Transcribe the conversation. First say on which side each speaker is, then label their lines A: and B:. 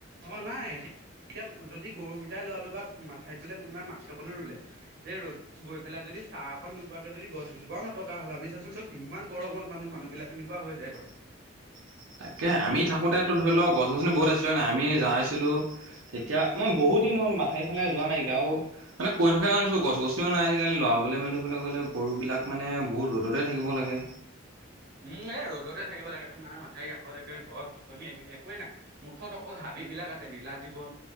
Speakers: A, on the right (about 55°); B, on the right (about 85°).
A: অ', নাই এয়া-এতিয়া যদি গৰুকিটাই লালোঁ বা মাথাইত বোলে কোনোবাই মাটি অকণো ৰুলে। এই ৰ'দত। গৈ পেলাই যদি চাহ অকন নোপোৱাকে যদি গছ এজোপাওঁ নথকা হয়, ভাবিছাচোন তই কিমান গৰমত মানুহ, মানুহ বিলাক। কেনেকুৱা হৈ যায় বাৰু।
B: <inaudible> তাকে আমি থাকোতেতোঁ ধৰি ল গছ-গছনি বহুত আছিলে হয় নাই, আমি যাইছিলোঁ তেতিয়া আ বহুত দিন হ'ল মাথাাইৰ ফালে যোৱা নাইকাও। মানে কৈ থকাই শুনিছোঁ গছ-গছনিও নাই, আজিকালি লৰাবলৈ মেলিবলৈ গ'লে গৰুবিলাক মানে বহুত ৰ'দতে থাকিব লাগে।
A: উম, এই ৰ'দতে থাকিব লাগে তোমাৰ মথাউৰি কাষত একে গছ-গছনি একোৱেই নাই। মুঠত অকল হাবি বিলাক আছে নীলাজীৱন,